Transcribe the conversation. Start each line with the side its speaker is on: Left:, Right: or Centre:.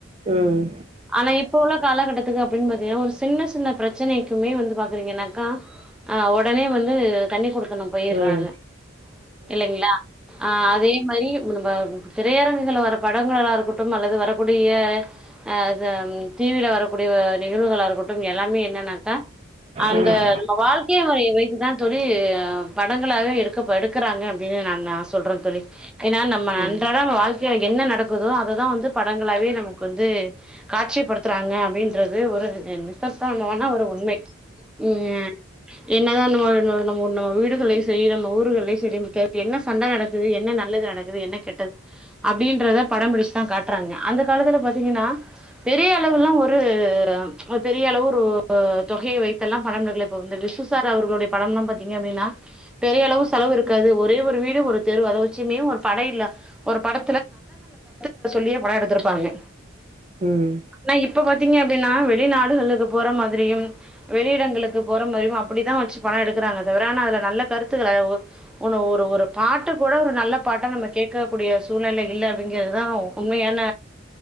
Right: ம்.
Centre: ஆனா இப்போ உள்ள காலகட்டத்துக்கு அப்டின் பாத் தேயோ ஒ சின்ன சின்ன பிரச்சனைக்குமே வந்து பாக்குறீங்கேயெனாக்கா ஆ ஒடனே வந்து தண்ணீ குடுக் தனோ போயிற்றாங்கே
Right: ம். ம்.
Centre: இல்லைங்ளா அ அதே மாரி நம்ப திரையரங்குகள்ல வர படங்களாகட்டு அல்லது வரக்கூடிய அ அது ம் டி வில வரக்கூடிய நிகழ்வுகளாருக்கட் எல்லாமே என்னன்னாக்கா அந்த
Right: ம்.
Centre: நம்ப வாழ்க்கே முறைய வைத்துதா தோழி படங்களாவே எடுக்க இப்ப எடுக்கறாங்க அப்டின்னு நாங்னா சொல்ற தோழி ஏனா நம்ம
Right: ம்.
Centre: அன்றாடோ வாழ்க்கேய என்ன நடக்குதோ அததா வந்து படங்களாவே நமக்கு வந்து காட்சிப்படுத்துறாங்க அப்டின்றது ஒரு ரி அ நிஸ்தத்தானமான ஒரு உண்மை ம் என்னதா நம்ம நம்ம நம்ம உன்னு வீடுகள்ளயு செய் ஊருகள்ளயு செரி <unintelligible> என்ன சண்ட நடக்குது என்ன நல்லது நடக்குது என்ன கெட்டது அப்டீன்றத படோ பிடிச்சுதா காட்றாங்க அந்த காலத்துல பாத்திங்கன்னா பெரிய அளவுலா ஒரு பெரிய அளவு ஒரு தொகைய வைத்தல்லா பணம் <unintelligible> இந்த விசு சார் அவர்களுடைய படம்லா பாத்தீங்க அப்டின்னா பெரிய அளவு செலவு இருக்காது ஒரே ஒரு வீ ஒரு தெரு அத வச்சியுமே ஒரு பட இல்ல ஒரு படத்துல நல்ல நல்ல கருத்துக்களை சொல்லியே படம் எடுத்திருப்பாங்க
Right: ம்.
Centre: னா இப்ப பாத்திங்க ன்னா வெளிநாடுகளுக்கு போற மாதிரியும் வெளியிடங்களுக்கு போற மாரியு, அப்படிதா வச்சு படோ எடுக்கறாங்க தவர அனா அதுல நல்ல கருத்துகள உ ஒன்னு ஒரு ஒரு பாட்டு கூட ஒரு நல்ல பாட்டா நம்ம கேக்கக்கூடிய சூழ்நிலை இல்ல அப்படிங்கறதுதா உண்மையான